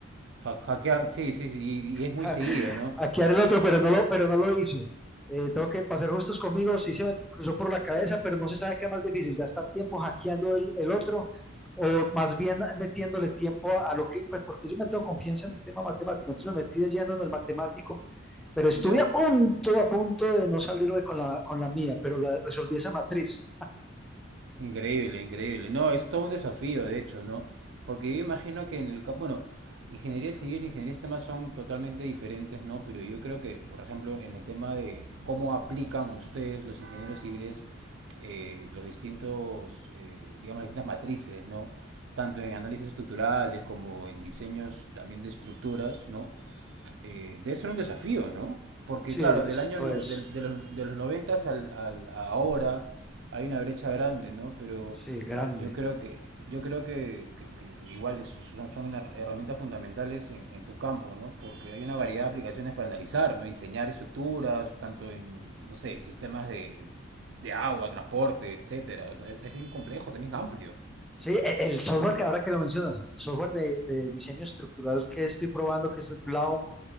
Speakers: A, on the right (about 65°); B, in the centre.
A: ha- hackear, sí, sí, sí, y, y es muy
B: <laughs>
A: seguido, ¿no?
B: hackear el otro, pero no lo, pero no lo hice. Eh, tengo que pasar justos conmigo, sí se me cruzó por la cabeza, pero no se sabe qué es más difícil, gastar tiempo hackeando el, el otro o más bien metiéndole tiempo a, a, lo que, pues porque yo me tengo confianza en el tema matemático, entonces me metí de lleno en el matemático, pero estuve
A: Ya.
B: a punto, a punto de no salirme con la, con la mía, pero la, resolví esa matriz
A: Increíble, increíble. No, es todo un desafío, de hecho, ¿no? Porque yo imagino que en el campo, bueno, ingeniería civil e ingeniería de sistemas son totalmente diferentes, ¿no? Pero yo creo que, por ejemplo, en el tema de cómo aplican ustedes, los ingenieros civiles, eh, los distintos, eh, digamos, las distintas matrices, ¿no? Tanto en análisis estructurales como en diseños también de estructuras, ¿no? eh, debe ser un desafío, ¿no? Porque
B: Sí,
A: claro,
B: es-
A: del año
B: lo
A: no-
B: es.
A: del- de, los, de los noventas al, al- a ahora hay una brecha grande, ¿no? Pero
B: Sí, grande.
A: yo creo que yo creo que, que- que igual es- son, son una- herramientas fundamentales en, en tu campo, ¿no? Porque hay una variedad de aplicaciones para analizar, ¿no? Diseñar estructuras, tanto en, no sé, sistemas de, de agua, transporte, etcétera. O sea, es, es bien complejo, también es amplio.
B: Sí, e- el software que ahora que lo mencionas, el software de, de diseño estructural que estoy probando, que es el Blaum